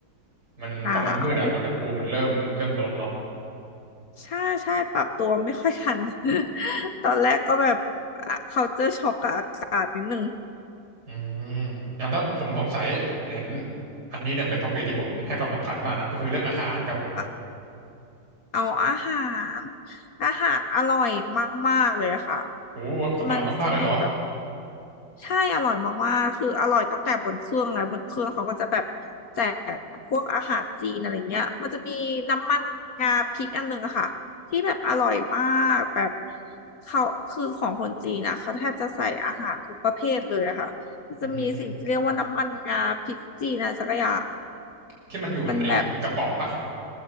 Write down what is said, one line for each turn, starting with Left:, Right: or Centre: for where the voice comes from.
Right: มันพอมันมืดอ่ะอุณหภูมิมันเริ่มเริ่มลดเนาะ
Left: หนาว ใช่ใช่ปรับตัวไม่ค่อยทัน <laughs> ตอนแรกก็แบบเ t าเจอช็อกกับอากาศนิดนึง
Right: อืมงั้นถ้าผมสงสัยเห็นอันนี้เนี่ยเป็นท็อปิกที่ผมให้ความสำคัญมากนะก็คือเรื่องอาหารครับผม
Left: อะเอาอาหารอาหารอร่อยมากๆเลยค่ะ
Right: โอ้อร่อยมากๆเลยเหรอ
Left: มันจะมีแบบ ใช่อร่อยมากๆคืออร่อยตั้งแต่บนเครื่องแล้วบนเครื่องเขาก็จะแบบแจกพวกอาหารจีนอะไรเงี้ยมันจะมีน้ำมันงาพริกอันหนึ่งอะค่ะที่แบบอร่อยมากแบบเขาคือของคนจีนนะเขาแทบจะใส่อาหารทุกประเภทเลยอะค่ะมันจะมีสิ่งที่เรียกว่าน้ำมันงาพริกจีนอะไรสักอย่าง
Right: อืมที่มันอยู่ในเหมือนกระป๋องปะ
Left: มันแบบ